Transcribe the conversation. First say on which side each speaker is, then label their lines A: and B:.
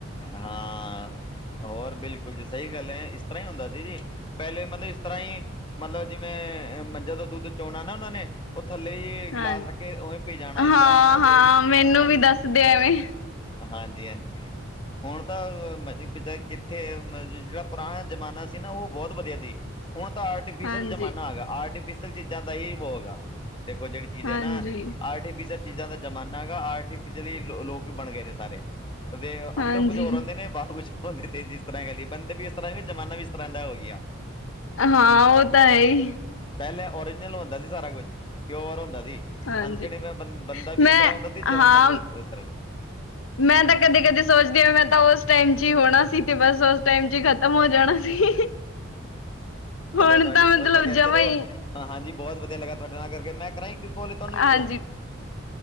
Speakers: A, on the left (about 25°); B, on the left (about 80°).
A: ਹਾਂ ਹੋਰ ਬਿਲਕੁਲ ਜੀ ਸਹੀ ਗੱਲ ਹੈ ਇਸ ਤਰ੍ਹਾਂ ਹੀ ਹੁੰਦਾ ਸੀ ਜੀ ਪਹਿਲੇ ਮਤਲਬ ਇਸ ਤਰ੍ਹਾਂ ਹੀ ਮਤਲਬ ਜਿਵੇਂ ਮੱਝਾਂ ਤੋਂ ਦੁੱਧ ਚੋਣਾ ਨਾ ਉਹਨਾਂ ਨੇ ਉਹ ਥੱਲੇ ਹੀ
B: ਹਾਂ
A: ਗਿਲਾਸ ਰੱਖ ਕੇ ਉਵੇਂ ਪੀ ਜਾਣਾ ਇਸ
B: ਹਾਂ
A: ਤਰ੍ਹਾਂ ਹੀ ਅਸੀ
B: ਹਾਂ
A: ਇਹ
B: ਮੈਨੂੰ
A: ਹਾਂਜੀ
B: ਵੀ ਦੱਸਦੇ ਐਵੇਂ
A: ਹਾਂਜੀ ਹਾਂਜੀ। ਹੁਣ ਤਾਂ ਕਿੱਥੇ ਜਿਹੜਾ ਪੁਰਾਣਾ ਜ਼ਮਾਨਾ ਸੀ ਨਾ ਉਹ ਬਹੁਤ ਵਧੀਆ ਸੀ। ਹੁਣ ਤਾਂ ਆਰਟੀਫਿਸ਼ਅਲ
B: ਹਾਂਜੀ
A: ਜ਼ਮਾਨਾ ਆ ਗਿਆ ਆਰਟੀਫਿਸ਼ਅਲ ਚੀਜ਼ਾਂ ਦਾ ਹੀ ਵੋ ਹੈਗਾ ਦੇਖੋ ਜਿਹੜੀ ਚੀਜ਼
B: ਹਾਂਜੀ
A: ਹੈ ਨਾ ਆਰਟੀਫਿਸ਼ਅਲ ਚੀਜ਼ਾਂ ਦਾ ਜ਼ਮਾਨਾ ਹੈਗਾ ਆਰਟੀਫਿਸ਼ਲੀ ਲੋਕ ਬਣ ਗਏ ਨੇ ਸਾਰੇ।
B: ਹਾਂਜੀ,
A: ਅੰਦਰੋਂ ਕੁਝ ਹੋਰ ਹੁੰਦੇ ਨੇ ਬਾਹਰ ਕੁਛ ਹੋਰ ਹੁੰਦੇ ਨੇ। ਤੇ ਜਿਸ ਤਰ੍ਹਾਂ ਕਹਿ ਲਈਏ ਬੰਦੇ ਵੀ ਇਸ ਤਰ੍ਹਾਂ ਜ਼ਮਾਨਾ ਵੀ ਇਸ ਤਰ੍ਹਾਂ ਦਾ ਹੋ ਗਿਆ।
B: ਹਾਂ ਉਹ ਤਾਂ ਹੈ ਹੀ,
A: ਪਹਿਲੇ ਓਰੀਜਨਲ ਹੁੰਦਾ ਸੀ ਸਾਰਾ ਕੁਛ ਪਿਓਰ ਹੁੰਦਾ ਸੀ।
B: ਹਾਂਜੀ
A: ਹ ਜਣੇ ਬੰਦਾ ਵੀ
B: ਮੈਂ
A: ਇਸ ਤਰ੍ਹਾਂ ਹੀ ਹੁੰਦਾ ਤੇ ਜਵਾਨਾ
B: ਹਾਂ
A: ਵੀ ਇਸ ਤਰ੍ਹਾਂ
B: ਮੈਂ ਤਾਂ ਕਦੇ ਕਦੇ ਸੋਚਦੀ ਮੈਂ ਤਾਂ ਉਸ ਟਾਈਮ ਚ ਹੋਣਾ ਸੀ ਤੇ ਬਸ ਉਸ ਟਾਈਮ ਚ ਹੀ ਖ਼। ਤਮ ਹੋ ਜਾਣਾ ਸੀ।
A: ਚਲੋ
B: ਹੁਣ
A: ਤੁਹਾਡੀ
B: ਤਾਂ ਮਤਲਬ
A: ਸੋਚ ਵਧੀਆ
B: ਜਮਾ
A: ਚਲੋ।
B: ਹੀ
A: ਹਾਂ ਹਾਂਜੀ ਬਹੁਤ ਵਧੀਆ ਲੱਗਾ ਤੁਹਾਡੇ ਨਾਲ ਕਰਕੇ ਮੈਂ ਕਰਾਂ <unintelligible> ਤੁਹਾਨੂੰ
B: ਹਾਂਜੀ,
A: ਇੱਧਰੋਂ